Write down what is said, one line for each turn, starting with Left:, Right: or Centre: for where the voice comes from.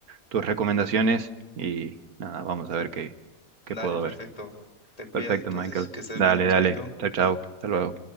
Right: tus recomendaciones y nada, vamos a ver qué, qué
Left: Dale,
Right: puedo
Left: perfecto.
Right: ver.
Left: Te cuidas
Right: Perfecto,
Left: entonces,
Right: Michael.
Left: que estés
Right: Dale,
Left: bien, chaito.
Right: dale. Chao, chao. Hasta luego.